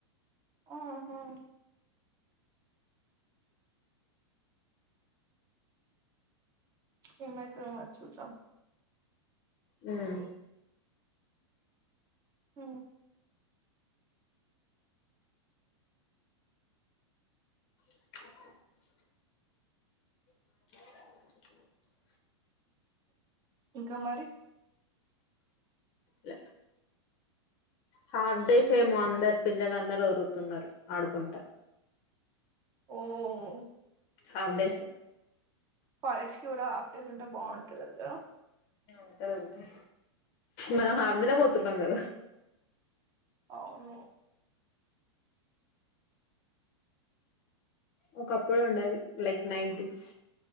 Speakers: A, on the right (about 25°); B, on the left (about 40°).
A: ఉహూ! ఏమైతాదో మరి చుద్దాం.
B: హ్మ్!
A: హ్మ్!
B: <inaudible> <inaudible>
A: <inaudible> ఇంకా మరి,
B: లే <unintelligible> హాఫ్ డేస్ ఏమో అందరూ పిల్లలు అందరూ ఒరుల్లుతున్నారు, ఆడుకుంటా.
A: ఓ <unintelligible>
B: హాఫ్ డేస్.
A: కాలేజ్ కి కూడా హాఫ్ డేస్ ఉంటే బాగుంటుంది కదా.
B: ఉంటాదుంటాది. మనం హాఫడేనే పోతున్నాం కదా!
A: అవును.
B: ఒకప్పుడు ఉండేది like nineties.